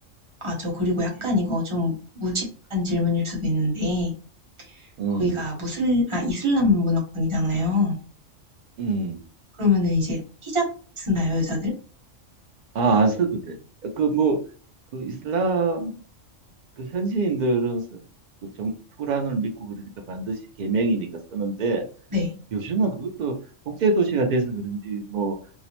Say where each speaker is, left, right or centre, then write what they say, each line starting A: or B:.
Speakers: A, on the right; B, on the right.
A: 아, 저 그리고 약간
B: 음,
A: 이거 좀 무식한 질문일 수도 있는데,
B: 음.
A: 거기가 무슬, 아, 이슬람 문화권이잖아요.
B: 음.
A: 그러면은 이제 히잡 쓰나요, 여자들?
B: 아, 안 써도 돼. 그 뭐 그 이슬람 그 현지인들은 쓰- 그 정, 투란을 믿고 그러니까 반드시 계명이니까 쓰는데
A: 네.
B: 요즘은 그것도 국제 도시가 돼서 그런지 뭐